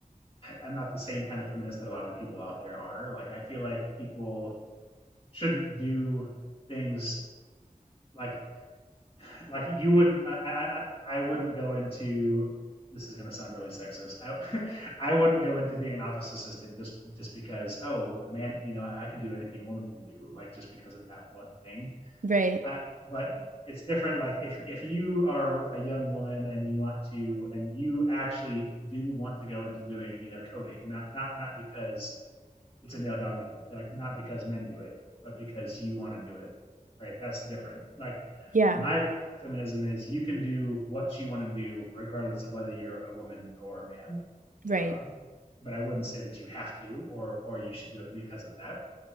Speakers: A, on the left; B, on the right.
A: I'm not the same kind of feminist that a lot of the people out there are. Like, I feel like people shouldn't do things like like you wouldn't I, I i wouldn't go into this is going to sound really sexist i <laughs> i wouldn't go into being an office assistant just just because oh a man you know i can do anything a woman can do like just because of that one thing
B: right.
A: I, but it's different like if if you are a young woman and you want to and you actually do want to go into doing you know coding not not not because it's a male dominated like not because men do it but because you want to do it right that's different like
B: Yeah,
A: my feminism is you can do what you want to do regardless of whether you're a woman or a man
B: right.
A: um, but i wouldn't say that you have to or or you should do it because of that